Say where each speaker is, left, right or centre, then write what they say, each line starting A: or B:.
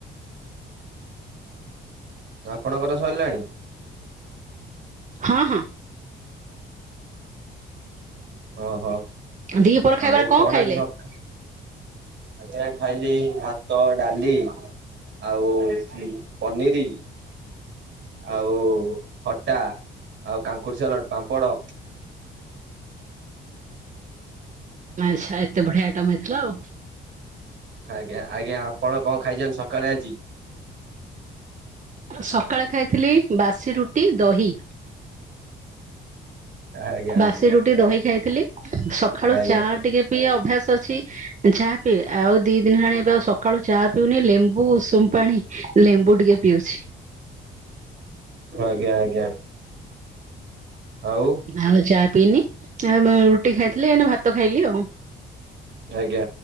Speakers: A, on the right; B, on the right.
A: ଆପଣଙ୍କର ସରିଲାଣି?
B: ହଁ।
A: ଓହୋ
B: ଦିପହର ଖାଇବାରେ
A: ଆଉ କଣ
B: ଖାଇଲେ?
A: ଆଜି ସକ୍ <unintelligible> ଖାଇଲି ଭାତ, ଡାଲି ଆଉ ଏଠି ପନିରି ଆଉ ଖଟା, ଆଉ କାଙ୍କୁଡି ସାଲଟ୍, ପାମ୍ପଡ଼।
B: ଆଚ୍ଛା ଏତେ ବଢିଆ ଆଇଟମ୍ ହେଇଥିଲା ଆଉ।
A: ଆଜ୍ଞା-ଆଜ୍ଞା ଆପଣ କଣ ଖାଇଚନ୍ତି ସକାଳେ ଆଜି?
B: ସକାଳେ ଖାଇଥିଲି ବାସି ରୁଟି ଦହି।
A: ଆଜ୍ଞା
B: ବାସି
A: ଆଜ୍ଞା
B: ରୁଟି ଦହି ଖାଇଥିଲି, ସଖାଳୁ
A: ଆଜ୍ଞା
B: ଚା ଟିକେ ପିଇଆ ଅଭ୍ୟାସ ଛି ଚା ପିଏ, ଆଉ ଦି ଦିନି ହେଲାଣି ଏବେ ଆଉ ସକାଳୁ ଚା ପିଉନି ଲେମ୍ବୁ ଉଷୁମ୍ ପାଣି ଲେମ୍ବୁ ଟିକେ ପିଉଚି।
A: ଆଜ୍ଞା-ଆଜ୍ଞା, ଆଉ
B: ଆଉ ଚା ପିଇନି, ଆ ବେଏଁ ରୁଟି ଖାଇଥିଲି ଏଇନେ ଭାତ ଖାଇଲି ଆଉ।
A: ଆଜ୍ଞା